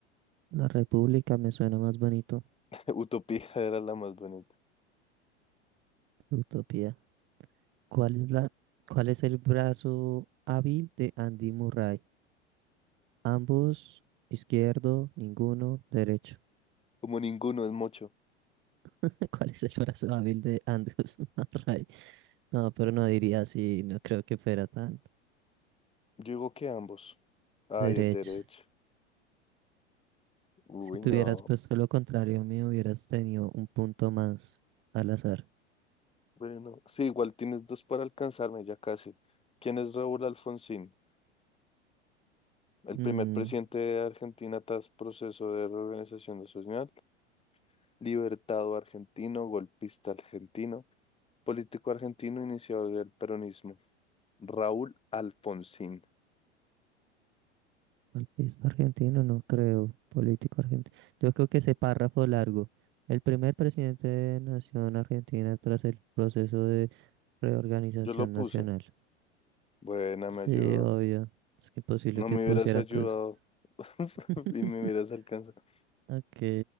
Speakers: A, on the right (about 35°); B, on the left (about 15°).
A: La República me suena más bonito.
B: <laughs> Utopía era la más bonita.
A: Utopía. ¿Cuál es la, cuál es el brazo hábil de Andy Murray? Ambos, izquierdo, ninguno, derecho.
B: Como ninguno es mucho.
A: <laughs> ¿Cuál es el brazo hábil de Andrews <laughs> Murray? No, pero no diría así, no creo que fuera tan
B: Yo digo que ambos. Ay,
A: derecho.
B: el derecho. Uy,
A: Si te
B: no.
A: hubieras puesto lo contrario mío, hubieras tenido un punto más al azar.
B: Bueno, sí, igual tienes dos para alcanzarme, ya casi. ¿Quién es Raúl Alfonsín? El
A: Mm,
B: primer presidente de Argentina tras proceso de reorganización nacional, libertado argentino, golpista argentino, político argentino, iniciador del peronismo. Raúl Alfonsín.
A: golpista argentino, no creo. Político argentino. Yo creo que ese párrafo largo. El primer presidente de Nación Argentina tras el proceso de reorganización
B: Yo lo puse.
A: nacional.
B: Buena,
A: Sí,
B: me ayudó.
A: obvio. Es que imposible
B: No
A: que
B: me
A: pusieran
B: hubieras ayudado
A: todo eso.
B: <laughs>
A: <laughs>
B: y me hubieras alcanzado.
A: Ok.